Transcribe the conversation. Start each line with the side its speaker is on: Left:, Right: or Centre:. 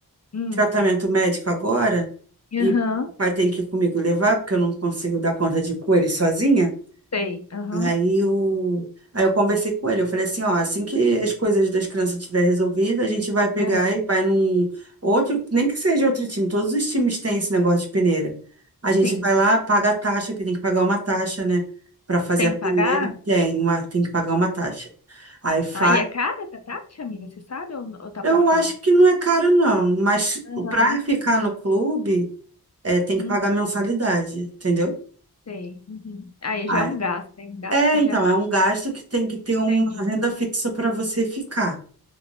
Left: hum.
Right: tratamento médico agora, e
Left: Aham.
Right: vai ter que ir comigo levar, porque eu não consigo dar conta de cores sozinha,
Left: Sei. Aham.
Right: Aí eu, aí eu conversei com ele, eu falei assim, ó, assim que as coisas das crianças tiver resolvidas, a gente vai pegar
Left: Aham.
Right: e vai num outro, nem que seja outro time, todos os times têm esse negócio de peneira. A gente
Left: Sim,
Right: vai
Left: sim.
Right: lá, paga a taxa, porque tem que pagar uma taxa, né? para fazer
Left: Tem
Right: a peneira,
Left: que pagar?
Right: tem uma, tem que pagar uma taxa. Aí faz.
Left: Ah, e é cara essa taxa, amiga? Você sabe ou, ou tá
Right: Eu
Left: por fora?
Right: acho que não é caro, não, mas
Left: Aham.
Right: para ficar no clube, é, tem que
Left: Hum,
Right: pagar mensalidade, entendeu?
Left: sei. Uhum. Aí
Right: Ah,
Left: já é um gasto, tem um gasto
Right: É,
Left: que
Right: então,
Left: já
Right: é um gasto que tem que ter uma
Left: entendi.
Right: renda fixa para você ficar.